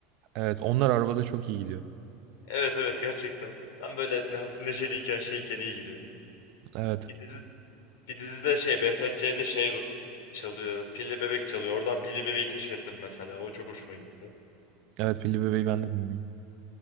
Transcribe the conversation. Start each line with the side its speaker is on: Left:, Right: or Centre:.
Right: Evet onlar arabada çok iyi gidiyor.
Left: Evet evet gerçekten. Tam böyle ne- hafif neşeliyken şeyken iyi gidiyor.
Right: Evet.
Left: Bir dizi bir dizide şey Behzat Ç'de şey çalıyor. Pilli Bebek çalıyor. Oradan Pilli Bebek'i keşfettim mesela. O çok hoşuma gitti.
Right: Evet Pilli Bebeği ben de dinliyorum.